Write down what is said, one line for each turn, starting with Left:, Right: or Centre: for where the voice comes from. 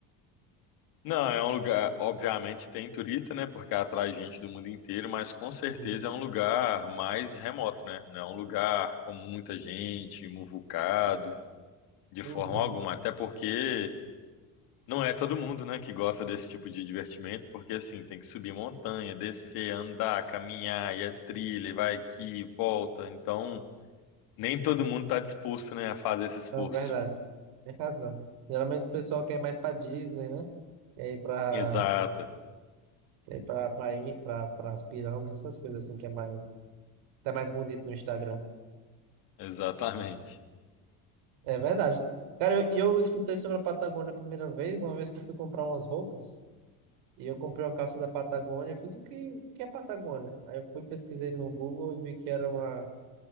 Left: Não, é um lugar, obviamente tem turista, né? Porque atrai gente do mundo inteiro, mas com certeza
Right: Uhum,
Left: é um lugar mais remoto, né? Não é um lugar com muita gente, muvucado, de
Right: uhum.
Left: forma alguma. Até porque não é todo mundo, né, que gosta desse tipo de divertimento, porque assim, tem que subir montanha, descer, andar, caminhar, e é trilha, e vai aqui, e volta. Então, nem todo mundo está disposto, né, a fazer esse esforço.
Right: Não, verdade. Tem razão. Geralmente o pessoal quer ir mais pra Disney, né? Quer ir pra,
Left: Exato,
Right: quer ir pra, pra, ir- pra, pras pirâmides, essas coisas assim que é mais, tá mais bonito no Instagram.
Left: exatamente.
Right: É verdade. Cara, eu, eu escutei sobre a Patagônia a primeira vez, uma vez que eu fui comprar umas roupas, e eu comprei uma calça da Patagônia, eu fiz o que, o que é Patagônia? Aí eu fui, pesquisei no Google e vi que era uma